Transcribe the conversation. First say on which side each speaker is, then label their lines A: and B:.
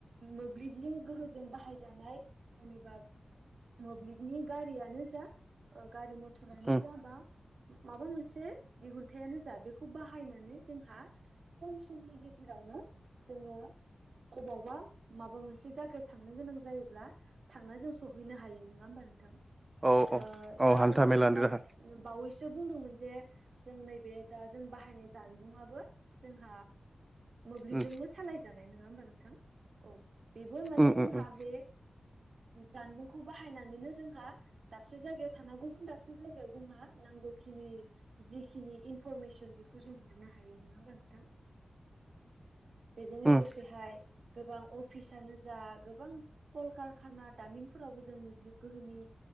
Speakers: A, on the right; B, on the right.
A: मोब्लिबजों गोहोजों बाहायजानाय जेनेबा मोब्लिबनि गारियानो जा ओ गारि म थरानो
B: उम
A: जा बा माबा मोनसे दिहुन हाथायानो जा बेखौ बाहायनानै जोंहा खम समनि गेजेरावनो जोङो अबावबा माबा मोनसे जायगायाव थांनो गोनां जायोब्ला थांना जों सहैनो हायो नङा होमबा नोंथां
B: औ
A: ओ
B: औ
A: दा
B: औ हान्था
A: ओरै नोंथाङा
B: मेलानि राहा
A: बावैसो बुंदोंमोन जे जों नै बे दा जों बाहायनाय जानबुंआबो जोंहा मोब्लिब
B: उम
A: सालाय जानाय नङा होमबा नोंथां औ बेबो मान
B: उम
A: जोंहा
B: उम उम
A: बे जानबुंखौ बाहायनानैनो जोंहा दाबसे जायगायाव थाना गुबुन दाबसे जायगायाव जोंहा नांगौखिनि जिखिनि इन इनफरमेसन बेखौ जों हरनो हायो नङा होमबा नोंथां औ बेजों
B: उम
A: लोगोसेहाय गोबां अफिसानो जा गोबां कलकारखाना दामिनफोरावबो जों मोब्लिब गोहोनि